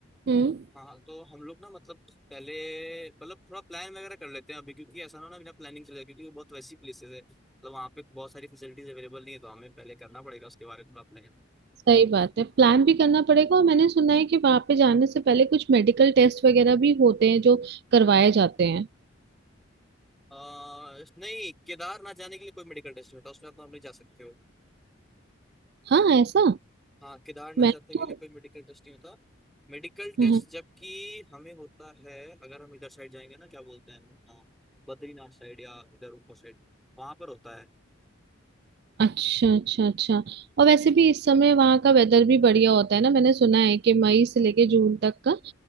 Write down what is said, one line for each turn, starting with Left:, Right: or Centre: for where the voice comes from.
Right: हम्म
Centre: हाँ तो हम लोग ना मतलब पहले मतलब थोड़ा प्लान वगैरह कर लेते हैं अभी क्योंकि ऐसा ना हो ना बिना प्लानिंग चले जाए, क्योंकि वो बहुत वैसी प्लेसेस है मतलब वहाँ पे बहुत सारी फैसिलिटीज अवेलेबल नहीं है तो हमें पहले करना पड़ेगा उसके बारे में थोड़ा प्लान
Right: सही बात है प्लान भी करना पड़ेगा और मैंने सुना है कि वहां पे जाने से पहले कुछ मेडिकल टेस्ट वगैरह भी होते हैं जो करवाए जाते हैं
Centre: अ, नहीं केदारनाथ जाने के लिए कोई मेडिकल टेस्ट नहीं होता उसमें आप नॉर्मली जा सकते हो
Right: हाँ ऐसा
Centre: हाँ केदारनाथ
Right: मैं
Centre: जाने
Right: तो
Centre: के लिए कोई मेडिकल टेस्ट नहीं होता मेडिकल टेस्ट
Right: हम्म, हम्म।
Centre: जबकि हमें होता है अगर हम इधर साइड जाएंगे ना क्या बोलते हैं अ, बद्रीनाथ साइड या इधर ऊपर साइड वहां पर होता है
Right: अच्छा अच्छा अच्छा और वैसे भी इस समय वहाँ का वेदर भी बढ़िया होता है ना मैंने सुना है कि मई से लेके जून तक का